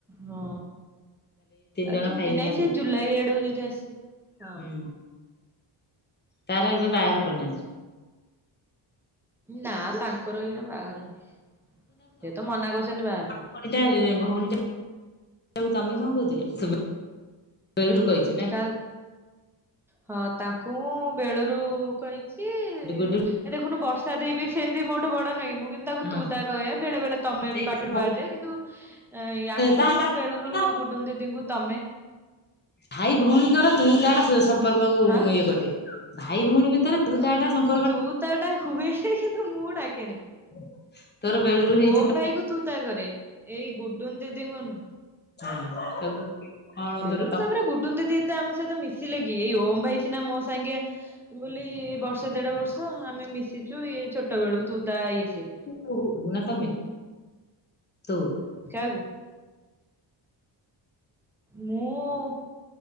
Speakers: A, in the centre; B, on the left.
A: ହଁ ଆଉ
B: ଜଣ
A: ଛୁଟି
B: ଖାଇବେ
A: ନାହିଁ
B: ଭାତ
A: ସେଜୁଲାଇ ଆଡ଼କୁ ଯଦି ଆସିବ ହଁ।
B: ହୁଁ ତାର ଏବେ ବାହାଘର କରିନାହାନ୍ତି?
A: ନା ତାଙ୍କର ଏଇଖିଣା ବାହାଘର ନାହିଁ ସେତ ମନା କରୁଚନ୍ତି ବାହାପାଇଁ
B: ଭଉଣୀ ଭଉଣୀ ତମେ କଣ କହୁଚୁଲୋ ସୁବା କହିଚି
A: ତା ହଁ ତାଙ୍କୁମୁଁ ବେଳରୁ କଇଁଚି ଏ
B: ଗୁଡୁ
A: ଦେଖୁନୁ ବର୍ଷା ଦେଇବି ସେମିତି ମୋଠୁ ବଡ଼ ନୁହଁକି ମୁଁ କି ତାକୁ
B: ହଁ
A: ତୁ ତା କହେ ବେଳେ ବେଳେ ତମେବି
B: ସେଇଟା
A: ପାଟରୁ ବାହାରିଯାଏ କିନ୍ତୁ ୟାଙ୍କୁ
B: ତା
A: ମୁଁ ବେଳୁରୁ
B: ତା
A: ଗୁଡ଼ୁନୁ ଦିଦିଙ୍କୁ ତମେ
B: ଭାଇ ଭଉଣୀଙ୍କର ତୁ ତାଟା ସମ୍ପର୍କ
A: ହଁ
B: ଇଏ କରେ ଭାଇ ଭଉଣୀ ଭିତରେ ତୁ ତାଟା ସପ
A: ତୁ ତାଟା ହୁଏଯେ କିନ୍ତୁ ମୁଁ ଡାକେନି।
B: <inaudible> ତୋର ବେଳୁରୁ ହେଇଛି
A: ଓମ୍
B: ହୁଁ
A: ଭାଇକୁ ତୁ ତା କରେ ଏଇ ଗୁଡୁନ୍ ଦିଦିଙ୍କୁ ନୁହଁ।
B: ହଁ ସବୁ କଣ
A: ବେଳୁରୁ
B: ତୋର ତ
A: ତାପରେ ଗୁଡୁନ୍ ଦିଦି ଏତେ ଆମ ସହିତ ମିଶିଲେକି ଏଇ ଓମ୍ ଭାଇ ସିନା ମୋସାଙ୍ଗିଆ ବୋଲି ବର୍ଷ ଦେଢ ବର୍ଷ ଆମେ ମିଶିଚୁ ଇଏ ଛୋଟ ବେଳୁ ତୁ ତା ଇଏସେ
B: ତୁ ନା ତମେ ତୁ।
A: କାଆକୁ? ମୁଁ